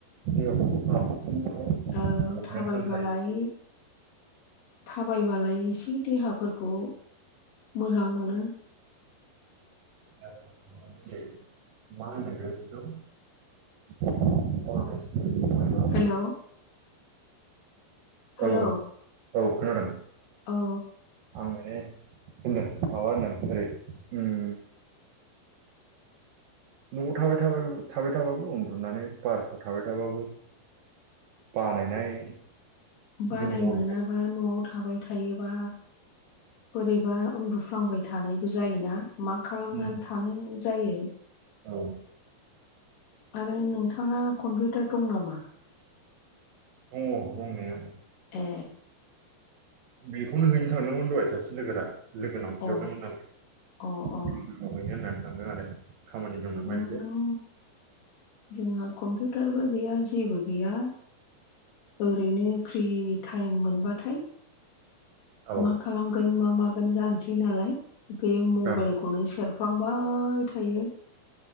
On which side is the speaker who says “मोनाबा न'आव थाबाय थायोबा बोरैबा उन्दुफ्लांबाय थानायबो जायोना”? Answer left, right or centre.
Left